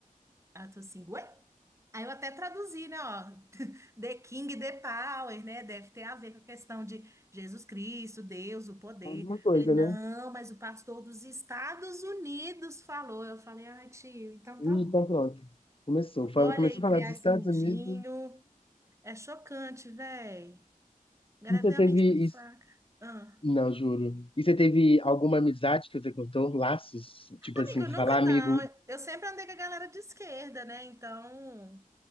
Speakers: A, on the right; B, on the left.
A: Aí tô assim, ué? Aí eu até traduzi, né, ó, <laughs> The King, The Power, né, deve ter a ver com a questão de Jesus Cristo, Deus, o poder.
B: Alguma coisa,
A: Ele, não,
B: né?
A: mas o pastor dos Estados Unidos falou. Eu falei, ah, tio, então
B: Hum,
A: tá bom.
B: Então, pronto. Começou. Fala-
A: Olha
B: Começou
A: aí,
B: a falar
A: criar
B: dos Estados
A: esse mundinho.
B: Unidos.
A: É chocante, véi. Galera
B: E você
A: tem
B: teve.
A: a mente muito fraca. Ah.
B: Não, juro. E você teve alguma amizade que você cortou? Laços? Tipo
A: Amigo,
B: assim, você
A: nunca
B: fala, "Ah,
A: não.
B: amigo,
A: Eu sempre andei com a galera de esquerda, né, então...